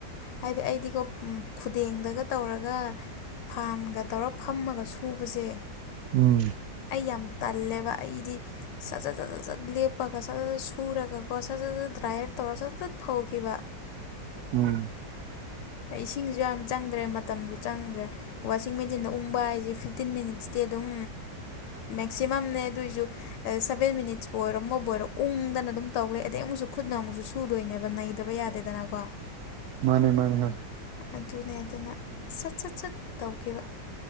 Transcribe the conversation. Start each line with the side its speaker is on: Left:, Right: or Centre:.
Left: ꯍꯥꯏꯗꯤ ꯑꯩꯗꯤꯀꯣ ꯈꯨꯗꯦꯡꯗꯒ ꯇꯧꯔꯒ ꯐꯥꯟꯒ ꯇꯧꯔ ꯐꯝꯃꯒ ꯁꯨꯕꯁꯦ
Right: ꯎꯝ
Left: ꯑꯩ ꯌꯥꯝ ꯇꯜꯂꯦꯕ ꯑꯩꯗꯤ ꯁꯠ ꯁꯠ ꯁꯠ ꯁꯠ ꯁꯠ ꯂꯦꯞꯄꯒ ꯁꯠ ꯁ ꯁꯖꯠ ꯁꯨꯔꯒꯀꯣ ꯁꯠ ꯁ ꯁꯠ ꯇ꯭ꯔꯥꯏꯌꯦꯔ ꯇꯣꯔ ꯆꯠ ꯆꯠ ꯐꯧꯈꯤꯕ
Right: ꯎꯝ
Left: ꯏꯁꯤꯡꯁꯨ ꯌꯥꯝ ꯆꯪꯗ꯭ꯔꯦ ꯃꯇꯝꯁꯨ ꯆꯪꯗ꯭ꯔꯦ ꯋꯥꯁꯤꯡ ꯃꯦꯆꯤꯟꯗ ꯎꯪꯕ ꯍꯥꯏꯁꯦ ꯐꯤꯞꯇꯤꯟ ꯃꯤꯅꯤꯠꯁꯇꯤ ꯑꯗꯨꯝ
Right: <inaudible>
Left: ꯃꯦꯛꯁꯤꯃꯝꯅꯦ ꯑꯗꯨꯑꯣꯏꯁꯨ ꯁꯚꯦꯟ ꯃꯤꯅꯤꯠꯁꯄꯨ ꯑꯣꯏꯔꯣ ꯑꯃꯕꯨ ꯑꯣꯏꯔꯣ ꯎꯪꯗꯅ ꯑꯗꯨꯝ ꯇꯧ ꯂꯩ ꯑꯗꯩ ꯑꯃꯨꯛꯁꯨ ꯈꯨꯠ ꯅꯧꯁꯨ ꯁꯨꯗꯣꯏꯅꯦꯕ ꯅꯩꯗꯕ ꯌꯥꯗꯦꯗꯅꯀꯣ
Right: ꯃꯥꯅꯦ ꯃꯥꯅꯦ
Left: ꯑꯗꯨꯅꯦ ꯑꯗꯨꯅ ꯁꯠ ꯁꯠ ꯁꯠ ꯇꯧꯈꯤꯕ